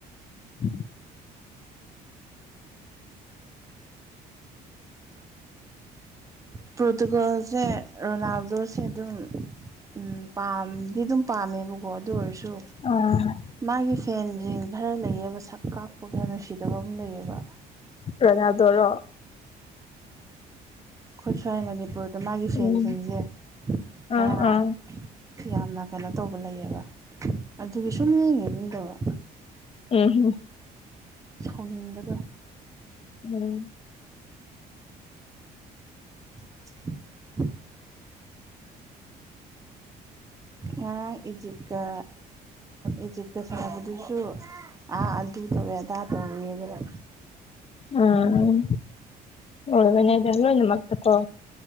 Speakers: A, on the left; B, on the right.
A: <inaudible>
B: ꯄ꯭ꯔꯣꯇꯨꯒꯜꯁꯦ ꯔꯣꯅꯥꯜꯗꯣꯁꯦ ꯑꯗꯨꯝ ꯎꯝ ꯄꯥꯝꯗꯤ ꯑꯗꯨꯝ ꯄꯥꯝꯃꯦꯕꯀꯣ ꯑꯗꯨ ꯑꯣꯏꯔꯁꯨ
A: ꯑ
B: ꯃꯥꯒꯤ ꯐꯦꯟꯁꯤꯡ ꯈꯔ ꯂꯩꯌꯦꯕ ꯁꯛ ꯀꯥꯛꯄ ꯈꯔ ꯅꯨꯡꯁꯤꯗꯕ ꯑꯝ ꯂꯩꯌꯦꯕ
A: ꯔꯣꯅꯥꯜꯗꯣꯔꯣ
B: ꯑꯩꯈꯣꯏ ꯁ꯭ꯋꯥꯏ ꯃꯅꯤꯄꯨꯔꯗ ꯃꯥꯒꯤ ꯐꯦꯟꯁꯤꯡꯁꯦ
A: ꯎꯝ
B: ꯈꯔ
A: ꯑꯥ ꯑꯥ
B: ꯌꯥꯝꯅ ꯀꯩꯅꯣ ꯇꯧꯕ ꯂꯩꯌꯦꯕ ꯑꯗꯨꯒꯤ ꯁꯨꯝ ꯌꯦꯡꯅꯤꯡꯗꯕ
A: ꯎꯝ ꯍꯝ
B: ꯁꯥꯎꯅꯤꯡꯂꯒ
A: ꯎꯝ
B: <unintelligible> ꯉꯔꯥꯡ ꯏꯖꯤꯞꯀ ꯏꯖꯤꯛꯀ ꯁꯥꯕꯗꯨꯁꯨ ꯑꯥ ꯑꯗꯨ ꯇꯧꯋꯦ ꯑꯗꯥ ꯇꯧꯋꯦꯗꯅ
A: ꯎꯝ ꯎꯒꯅꯦꯗꯜꯣ ꯏ ꯃ ꯇ ꯀꯣ